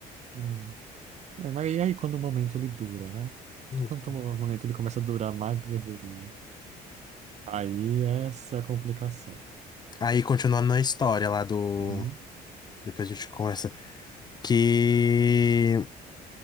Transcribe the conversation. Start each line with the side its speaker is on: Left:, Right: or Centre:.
Right: É. É, mas e aí quando o momento ele dura, né?
Left: Hum.
Right: Quando o momento ele começa a durar mais do que deveria. Aí essa é a complicação.
Left: Aí continuando na história lá do.
Right: Uhum.
Left: Depois a gente conversa. Que